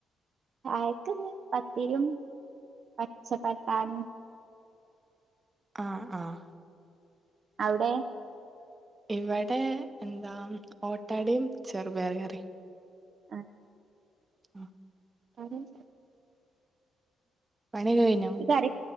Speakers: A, on the right; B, on the right.
A: ചായക്ക്ന്ന് പത്തിരിയും പച്ചപ്പട്ടാണിയും
B: ആഹ് ആഹ്
A: അവിടെ
B: ഇവിടെ എന്താ ഓട്ടടയും ചെറുപയർ കറിം
A: ആഹ്
B: ആഹ്
A: കരും
B: പണിയൊക്കെ കഴിഞ്ഞോ
A: കര